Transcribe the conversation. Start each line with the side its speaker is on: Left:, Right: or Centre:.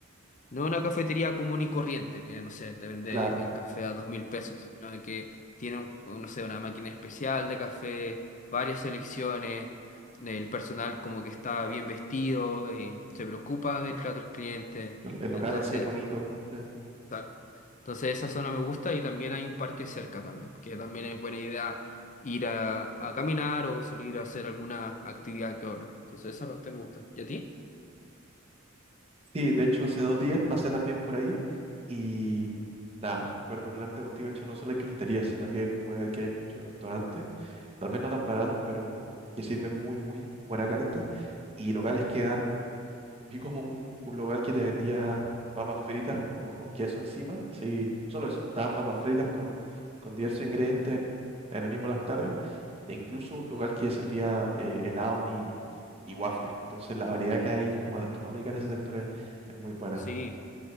Left: no una cafetería común y corriente, que no sé, te vende
Right: Claro.
Left: el café a dos mil pesos, sino de que tienen, no sé, una máquina especial de café, varias selecciones, el personal como que está bien vestido, eh, se preocupa del trato del cliente,
Right: El local
Left: entonces
Right: en sí es bonito. Sí.
Left: Exacto. Entonces esa zona me gusta y también hay un parque cerca también, que también es buena idea ir a, a caminar o salir a hacer alguna actividad que otra. Entonces esa parte me gusta. ¿Y a ti?
Right: Sí, de hecho, hace dos días pasé también por ahí y nada, concuerdo plenamente contigo. De hecho, no solo hay cafeterías, sino que puede ver que hay muchos restaurantes, tal vez no tan baratos, pero que sirven muy, muy buena carta y locales que dan vi como un, un local que te vendía papas fritas como con queso encima. Sí, solo eso. Estaban papas fritas con, con diversos ingredientes en, en el mismo Las E incluso un local que servía eh, helados y, y waffles. Entonces la variedad que hay como
Left: Ya.
Right: gastronómica en ese sector es, es muy buena.
Left: Sí,